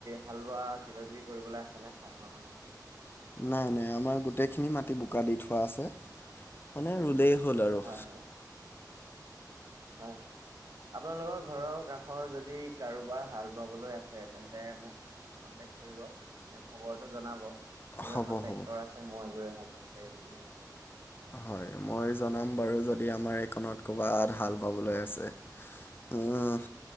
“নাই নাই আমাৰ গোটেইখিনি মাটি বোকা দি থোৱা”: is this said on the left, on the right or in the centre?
Left